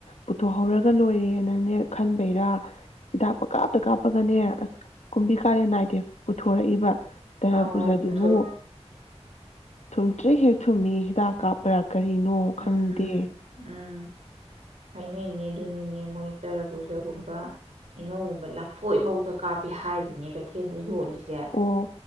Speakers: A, on the left; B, on the right.
A: ꯄꯨꯊꯣꯛꯍꯧꯔꯒ ꯂꯣꯏꯔꯦꯅꯅꯦ ꯈꯟꯕꯩꯔꯥ ꯍꯤꯗꯥꯛ ꯄꯀꯥꯞꯇ ꯀꯥꯥꯞ ꯄꯒꯅꯦ ꯑꯁ ꯀꯨꯝꯕꯤ ꯀꯥꯔꯦꯟ ꯅꯥꯏꯗꯦ ꯄꯨꯊꯣꯔꯛꯏꯕ ꯇꯔꯕꯨꯖꯥ
B: ꯑꯥꯎ ꯑꯥꯎ ꯄꯨꯊꯣꯛꯏ
A: ꯗꯨꯕꯨ ꯊꯨꯝꯇ꯭ꯔꯤꯛ ꯍꯦꯛ ꯊꯨꯝꯃꯤ ꯍꯤꯗꯥꯛ ꯀꯥꯞꯄꯔ ꯀꯔꯤꯅꯣ
B: ꯎꯝ
A: ꯈꯪꯗꯦ
B: ꯎꯝ ꯎꯝ ꯍꯥꯏꯅꯩꯅꯦ ꯑꯗꯨꯅꯤꯅꯦ ꯃꯣꯏ ꯇꯔꯕꯨꯖꯒꯨꯝꯕ ꯑꯩꯅꯧꯒꯨꯝꯕ ꯂꯐꯣꯏꯐꯧꯗ ꯀꯥꯞꯄꯤ ꯍꯥꯏꯔꯤꯅꯦ ꯀꯩꯊꯦꯜꯗ ꯌꯣꯜꯂꯤꯁꯦ ꯁꯦ
A: ꯑꯣ